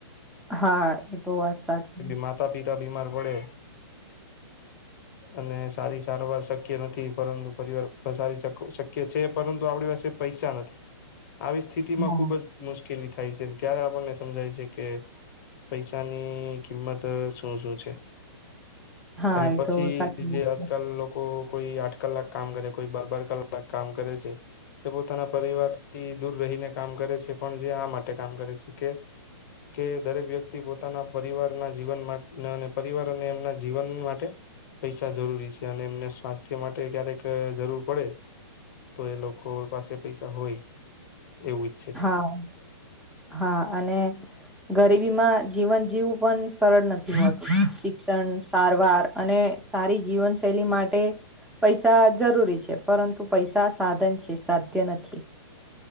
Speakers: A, in the centre; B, on the left.
A: હા, એ તો વાત સાચી
B: માતા પિતા બીમાર પડે અને સારી સારવાર શક્ય નથી. પરંતુ પરિવાર પણ સારી શ શક્ય છે પરંતુ આપડી પાસે પૈસા નથી, આવી સ્થિતિ માં
A: હા,
B: ખુબજ મુશ્કેલી થાય છે, ત્યારે આપણને સમજાય છે, કે પૈસાની કિંમત શું શું છે.
A: હા,
B: અને
A: એ
B: પછી
A: તો સાચી વાત
B: જે આજકાલ
A: છે.
B: લોકો કોઈ આઠ કલાક કામ કરે કોઈ બરબર કલાક કામ કરે છે. જે પોતાના પરિવારથી દૂર રહીને કામ કરે છે પણ જે આ માટે કામ કરે છે, કે કે દરેક વ્યક્તિ પોતાના પરિવારના જીવન અને પરિવાર અને એમના જીવન માટે પૈસા જરૂરી છે. અને એમને સ્વાસ્થ્ય માટે ક્યારેક જરૂર પડે તો એ લોકો પાસે પૈસા હોય એવું ઈચ્છે છે.
A: હા અને ગરીબી માં જીવન જીવવું પણ સરળ નથી હોતુ, શિક્ષણ સારવાર અને સારી જીવન શૈલી માટે પૈસા જરૂરી છે, પરંતુ પૈસા સાધન છે સાધ્ય નથી.